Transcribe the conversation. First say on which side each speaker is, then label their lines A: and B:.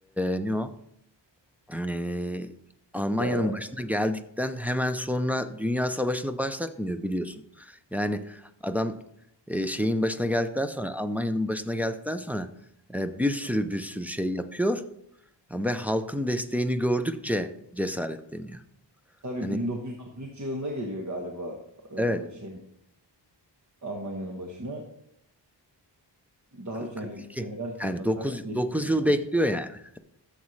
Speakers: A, in the centre; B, on the right.
A: e, ne o? E, Almanya'nın
B: iktidara.
A: başına geldikten hemen sonra Dünya Savaşı'nı başlatmıyor biliyorsun. Yani adam e, şeyin başına geldikten sonra Almanya'nın başına geldikten sonra e, bir sürü bir sürü şey yapıyor ve halkın desteğini gördükçe cesaretleniyor.
B: Tabii
A: Hani
B: 1933 yılında geliyor galiba
A: evet.
B: e, şey Almanya'nın başına.
A: 42.
B: Daha yani seneler sonra
A: Yani 9
B: kaç? 7
A: 9
B: sene
A: yıl
B: sonra.
A: bekliyor yani.